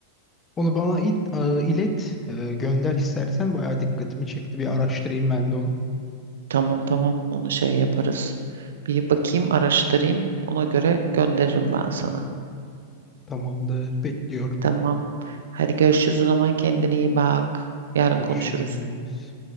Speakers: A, on the left (about 25°); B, on the right (about 75°).
A: Onu bana it, e, ilet, e, gönder istersen bayağı dikkatimi çekti. Bir araştırayım ben de onu.
B: Tamam tamam onu şey yaparız. Bir bakayım araştırayım ona göre gönderirim ben sana.
A: Tamamdır, bekliyorum.
B: Tamam. Hadi görüşürüz o zaman kendine iyi bak. Yarın
A: Görüşürüz.
B: konuşuruz.